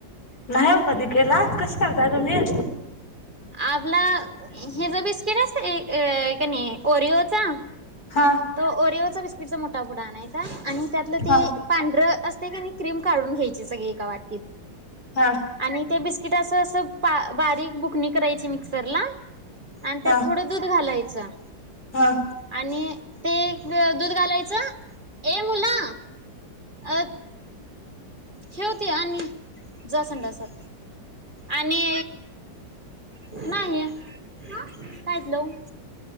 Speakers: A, on the left; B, on the right.
A: नाही कादीीप केला कसं करताय तुम्ही
B: आपला हे ज बिस्किट असत क नाही ओरिओचा
A: हा
B: तर ओरिओचा विस् कस ापडा आणायचा आणि त्यातलं ते
A: हा
B: पांढरं असते का क्रीम काढून घ्यायची सगळी एका वाटत
A: हा
B: आणि ते बिस कि अस अस बारीक बुक करायची मिक्सर ला आणि त्यात
A: हा
B: थोडं दूध घालायचं अच्छा
A: हा
B: आणि ते दूध घालायचं ए मुला अ ठेवते आणि जासानडासात आणि नाही ह कायेतलं